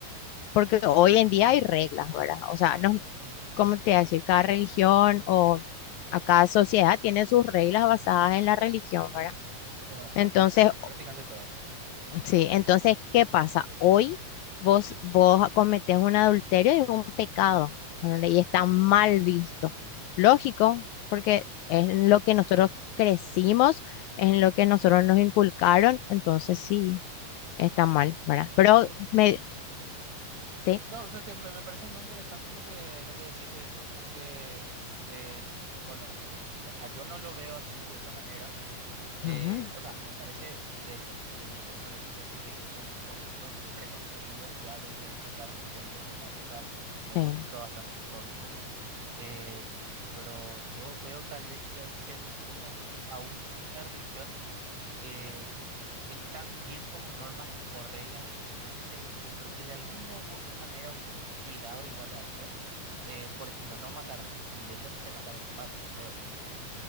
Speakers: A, on the left; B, on the right.
A: porque hoy en día hay reglas, ¿verdad? O sea,
B: Claro.
A: no, ¿cómo te voy a decir? Cada religión o a cada sociedad tiene sus reglas basadas en la religión, ¿verdad?
B: Es bastante,
A: Entonces,
B: to- casi prácticamente todas. Sí.
A: Sí, entonces, ¿qué pasa? Hoy vos, vos cometés un adulterio y un pecado, ¿entendés? Y está mal visto. Lógico,
B: Ujú.
A: porque es en lo que nosotros crecimos, es en lo que nosotros nos inculcaron, entonces sí, está mal, ¿verdad?
B: Vos,
A: Pero
B: vos-
A: me, sí,
B: no, o sea, que me, me parece muy interesante lo que, lo que decís, de hecho, porque, eh, bueno, me- a- yo no lo veo así, de esa manera. Eh,
A: ujú,
B: o sea, me parece, de hecho, como te digo, muy interesante eso que decís, que son conceptos preconcebidos ya desde el re- la religión, desde una época,
A: sí,
B: de un contexto bastante histórico. Eh, pero yo veo tal vez que hay ciertas cosas que aún sin la religión eh, están bien como normas o reglas de convivencia y que yo creo que de alguna u otra manera hubiésemos llegado igual a eso. Eh, por ejemplo, no matarás. Evidentemente matar está mal, yo creo.